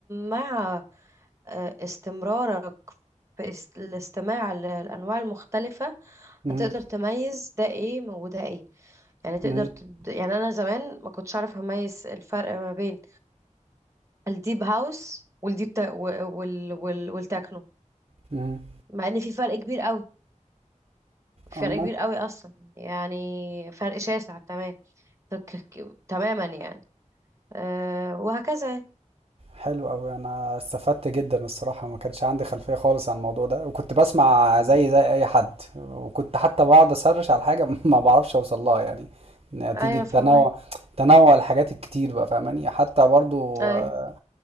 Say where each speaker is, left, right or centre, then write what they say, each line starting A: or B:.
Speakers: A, on the right (about 25°); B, on the right (about 50°).
A: مع آه، استمرارك في است- الاستماع للأنواع المختلفة
B: مهم.
A: هتقدر تميز ده ايه وده ايه يعني تقدر
B: مهم.
A: تد... يعني أنا زمان ما كنتش أعرف أميز الفرق ما بين الديب هاوس والديب تا... و- وال... وال... والتكنو
B: مهم.
A: مع إن في فرق كبير قوي في
B: أما
A: فرق كبير قوي أصلا يعني فرق شاسع تمام تك... ك- تماما يعني أه... وهكذا يعني.
B: حلو أوي أنا استفدت جدا الصراحة ما كانش عندي خلفية خالص عن الموضوع ده وكنت بسمع زي زي أي حد وكنت حتى بقعد أسرش على حاجة <laughs> ما بعرفش أوصل لها يعني نتيجة
A: أيوة فهمك
B: تنوع تنوع الحاجات الكتير بقى فاهماني حتى برضو
A: أيوة
B: آه،